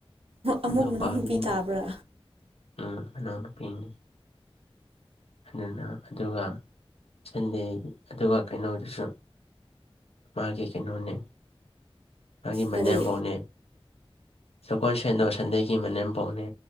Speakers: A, on the left; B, on the right.
A: ꯅꯤꯡꯊꯧꯀꯥꯕꯗꯤ
B: ꯑꯃꯨꯛ ꯃꯅꯥꯎꯅꯨꯄꯤ ꯇꯥꯕ꯭ꯔꯥ
A: ꯎꯝ ꯃꯅꯥꯎꯅꯨꯄꯤꯅꯤ꯫ ꯑꯗꯨꯅ ꯑꯗꯨꯒ ꯁꯟꯗꯦ ꯑꯗꯨꯒ ꯀꯩꯅꯣꯗꯨꯁꯨ ꯃꯥꯒꯤ ꯀꯩꯅꯣꯅꯦ ꯃꯥꯒꯤ ꯃꯅꯦꯝꯕꯧꯅꯦ
B: ꯀꯔꯤ
A: ꯁꯒꯣꯜ ꯁꯦꯟꯗꯣ ꯁꯟꯗꯩꯒꯤ ꯃꯅꯦꯝꯕꯧꯅꯦ